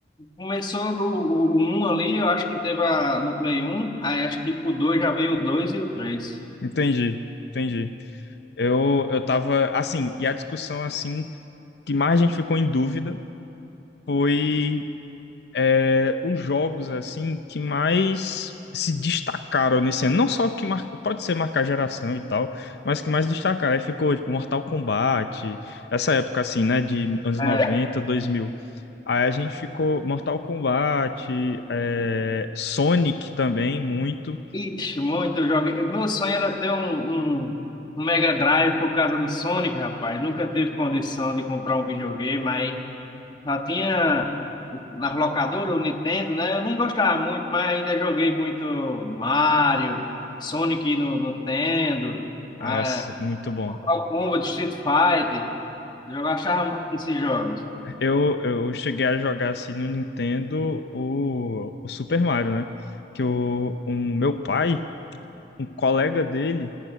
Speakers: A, on the left (about 25°); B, on the left (about 70°).
A: Começou o, o, o 1 ali, eu acho que teve a, no Play um aí acho que pro dois já veio o 2 e o três
B: Entendi, entendi. Eu, eu tava, assim, e a discussão, assim, que mais a gente ficou em dúvida foi é, os jogos, assim, que mais se destacaram nesse ano. Não só que mar... pode ser marcar geração e tal, mas que mais destacaram. Aí ficou, tipo, Mortal Kombat, essa época, assim, né, de anos
A: É,
B: noventa dois mil Aí a gente ficou Mortal Kombat, é, Sonic também, muito.
A: ixi, muito jogo. Eu- Meu sonho era ter um, um, um Mega Drive por causa do Sonic, rapaz. Nunca teve condição de comprar um videogame, aí já tinha nas locadoras, o Nintendo, né? Eu nem gostava muito, mas ainda joguei muito Mario, Sonic no no Nintendo,
B: Nossa,
A: ah,
B: muito bom.
A: Mortal Kombat, Street Fighter. Eu achava muito desses jogos.
B: Eu, eu cheguei a jogar assim no Nintendo o, o Super Mario, né? Que o um, meu pai, um colega dele,